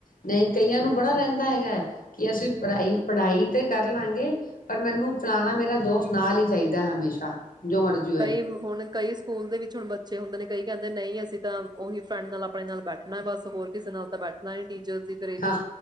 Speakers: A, on the left (about 85°); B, on the right (about 30°).
A: ਨਹੀਂ ਕਈਆਂ ਨੂੰ ਬੜਾ ਰਹਿੰਦਾ ਹੈਗਾ ਹੈ ਕਿ ਅਸੀਂ ਪੜ੍ਹਾਈ ਪੜ੍ਹਾਈ ਤੇ ਕਰ ਲਾਂਗੇ ਪਰ ਮੈਨੂੰ ਫਲਾਣਾ ਮੇਰਾ ਦੋਸਤ ਨਾਲ ਹੀ ਚਾਹੀਦਾ ਹਮੇਸ਼ਾ। ਜੋ ਮਰਜ਼ੀ ਹੋਏ
B: ਕਈ ਹੁਣ ਕਈ ਸਕੂਲ ਦੇ ਵਿੱਚ ਹੁਣ ਬੱਚੇ ਹੁੰਦੇ ਨੇ ਕਈ ਕਹਿੰਦੇ ਨਹੀਂ ਅਸੀਂ ਤਾਂ ਉਹੀ ਫਰੈਂਡ ਨਾਲ ਆਪਣੇ ਨਾਲ ਬੈਠਣਾ ਬਸ ਹੋਰ ਕਿਸੇ ਨਾਲ ਤਾਂ ਬੈਠਣਾ ਹੀ ਨੀ ਚ ਦੀ ਫਿਰ ਇਹ ਵੀ
A: ਹਾਂ